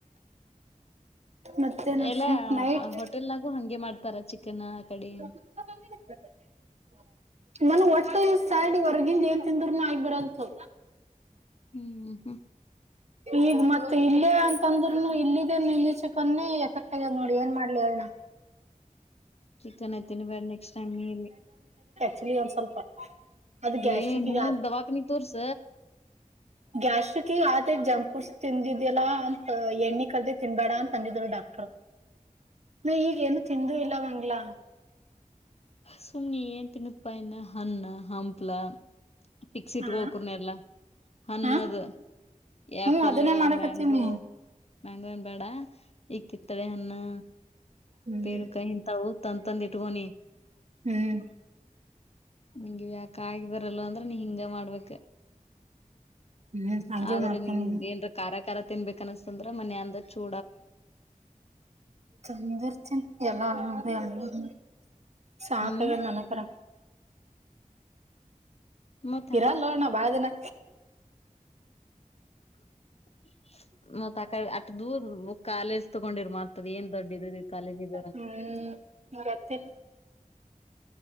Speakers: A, on the right; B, on the left.
A: ಮತ್ತೆ ನಡ್ಸಿ
B: ಎಲ್ಲಾ
A: ನೈಟ್
B: ಹೋಟೆಲ್ನಾಗು ಹಂಗೆ ಮಾಡ್ತಾರ ಚಿಕನ್
A: <unintelligible>
B: ಕಡೆ
A: ನನ್ ಒಟ್ಟ ಸೈಡ್ ಹೊರ್ಗಿಂದ ಏನ್ ತಿಂದ್ರನು ಆಗಬರಲ್ಲತು
B: ಹ್ಮ್ ಹ್ಮ್
A: ಈಗ ಮತ್ತ ಇಲ್ಲೇ ಅಂತಂದ್ರರುನು ಇಲ್ಲಿದ್ದೇ ನಿಂದಚಕನ್ನೆ ಎಫೆಕ್ಟ್ ಆಗ್ಯದ್ ನೋಡಿ ಏನ್ ಮಾಡ್ಲಿ ಎನ
B: ಚಿಕನ್ ಐ್ತೀನಿ ಬೇಡ ನೆಕ್ಸ್ಟ್ ಟೈಮ್ ನೀಲ್ಲಿ
A: ಚಿಲಿ ಒಂದ್ ಸ್ವಲ್ಪ ಅದು ಗ್ಯಾಸ್ಟ್ರಿಕ್ಗ
B: ಏ ನೋಡ್ ದವಾಖಾನಿ ತೋರ್ಸ
A: ಗ್ಯಾಸ್ಟ್ರಿಕ್ ಆತ ಜಂಪ್ ಕುರ್ಸ್ ತಿಂದಿದ್ಯಲ್ಲಾ ಅಂತ ಎಣ್ಣಿ ಕರ್ದಿ ತಿನ್ಬೇಡ ಅಂತ ಅಂದಿದ್ರು ಡಾಕ್ಟರ್ ನ ಈಗೇಏನು ತಿಂದುೂ ಇಲ್ಲ ಮಂಗ್ಲ
B: ಸುಮ್ನೆ ಏನ್ ತಿನ್ನತ್ ಪಾಯನ್ನ ಹಣ್ಣ ಹಂಪ್ಲ ಪಿಕ್ಸ್ ಇಟ್ಕೋಕರ್ನೆ
A: ಹಾ
B: ಎಲ್ಲ ಹನ್ನದ
A: ಹ
B: ಆಪಲ್
A: ಹ್ಮ್ ಅದನ್ನೇ ಮಾಡಕತ್ತೀನಿ
B: ಮ್ಯಾಂಗೋ ಮಂಗ ಬಡ ಈ ಕಿತ್ತಲೆ ಹಣ್ಣು
A: ಹ್ಮ್
B: ಪೇರು ಕ ಇತವು ತನ್ ತಂದ ಇಟ್ಕನ
A: ಹ್ಮ್
B: ನಂಗಗೆ ಯಾಕ ಆಗಿ ಬರಲ್ಲ ನೀ ಹಿಂಗ ಮಾಡ್ಬೇಕ
A: ಹ್ಮ್ ಹಂಗೆ
B: ಆದ್ರೆ
A: ಮಾಡ್ತೀನಿ
B: ನಿಂಗ ಏನ್ರ ಖರ ಖರ ತಿನ್ಬೇಕು ಅನ್ಸ ಅ್ರ ಮನ ಅಂದ ಚೂ
A: ತಂದರ್ತ ಎಲ್ಲ ಅ ಅ ಸಾಖಯ
B: ಹ್ಮ್
A: ನನಪುರ
B: ಮತ್
A: ಇರಲ್ ನೋಣ ಬಾಳ ದಿನ
B: <inaudible> ಮ ತಕ ಆಟ ದ <unintelligible> ಕಾಲೇಜ್ ತಕೊಂಡಿರ್ ಮ್ತದ ಏನ್ ದೊಡ್ಡ ಕಾಲೇಜ ಇದಾರ
A: ಹ್ಮ್ ಗೊತ್ತಿಲ್ಲ